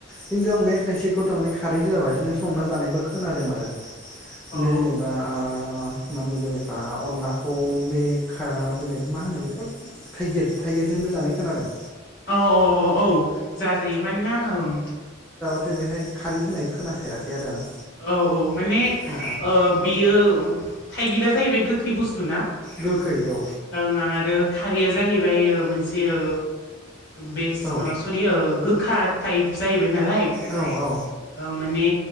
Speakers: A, in the centre; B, on the left.
A: खिन्थु आं बे खायसेखौ थारमाने खारै होआबासि बिदिनो संना जानायबो खोनादों आरो
B: औ
A: बे जेनेबा आ मा होनो जेनेबा अनलाखौ बे खा जेब मा होनो बेखौ थाइगिर थाइगिरजों जानाय खोनादों
B: औ औ औ औ जाजायो मानोना ओं
A: नाथाय बेहाय खारै होनाय खोनाफेराखै आरो आङो
B: औ औ माने
A: औ औ
B: ओ बियो थाइगिरा जाहैबाय गोखै बुस्थु ना
A: गोखै औ
B: ओं आरो खारैया जाहैबाय ओ मोनसे ओ बेस
A: औ
B: माबा सरि ओ गोखा टाइप जाहैबाय नालाय
A: औ औ
B: ओ माने